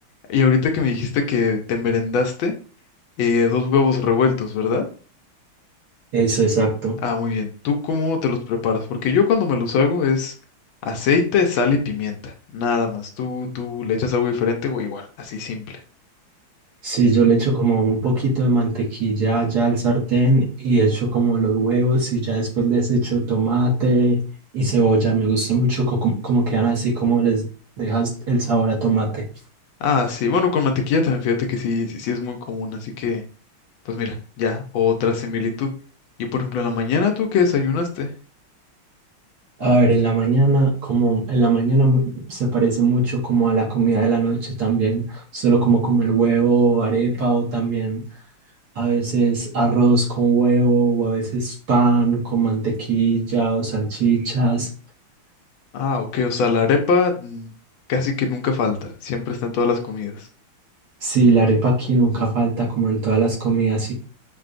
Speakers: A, on the left; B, on the right.
A: Y ahorita que me dijiste que te merendaste. Eh, dos huevos revueltos, ¿verdad?
B: eso, exacto.
A: Ah, muy bien. ¿Tú cómo te los preparas? Porque yo cuando me los hago es aceite, sal y pimienta. Nada más. ¿Tú, tú le echas algo diferente o igual? Así simple.
B: Sí, yo le echo como un poquito de mantequilla ya al sartén y echo como los huevos y ya después les echo tomate y cebolla. Me gusta mucho co- como, como quedan así, como les dejas el sabor a tomate.
A: Ah, sí. Bueno, con mantequilla también, fíjate que sí, sí, sí es muy común. Así que, pues mira, ya, otra similitud. Y por ejemplo, en la mañana, ¿tú qué desayunaste?
B: A ver, en la mañana, como en la mañana mu- se parece mucho como a la comida de la noche también, solo como comer huevo, arepa o también A veces arroz con huevo, o a veces pan con mantequilla o salchichas.
A: Ah, ok. O sea, la arepa mm, casi que nunca falta. Siempre está en todas las comidas.
B: Sí, la arepa aquí nunca falta, como en todas las comidas. Y